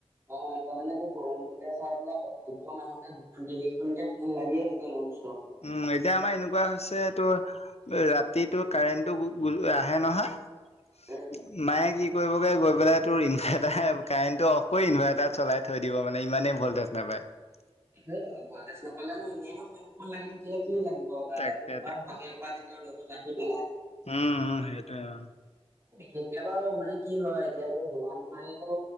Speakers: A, on the right; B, on the left.
A: অ', এতিয়া মানে তো গৰম তলে চাই পেলাই প্ৰত্যেক মানুহতে দুখন তিনিখনকে ফেন লাগিয়ে থাকে ননষ্টপ
B: উম এতিয়া আমাৰ এনেকুৱা হৈছে তো ৰাতিতটো কাৰেণ্টটো আহে নহয়
A: ষ্টপ
B: মায়ে কি কৰিব গৈ পেলাই তোৰ ইনভাৰ্টাৰ কাৰেণ্টটো অফক কৰি ইনভাৰ্টাৰ চলাই থৈ দিব মানে ইমানেই ভল্টেজ নাপায়। <unintelligible>
A: সেইটো ভল্টেজ নাপালে নো এনো ফেনখন লাগি থাকিলে কি লাগিব গাত
B: তাকে
A: আৰু ইমান
B: তাকে।
A: বাহিৰৰ পৰা যেতিয়া ৰ'দত আহি পেলাই
B: উম সেইটো অ'।
A: কেতিয়াবা মানে কি হয় এতিয়াতো যিমান পাৰিতো